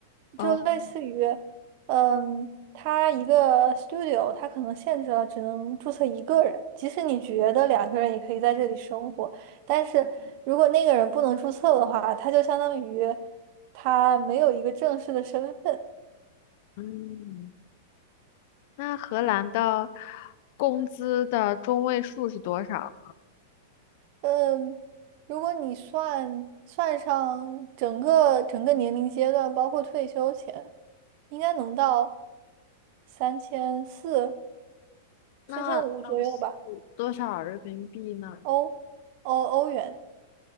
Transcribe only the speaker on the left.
哦，
嗯，那荷兰的工资的中位数是多少？
那那是
多少人民币呢？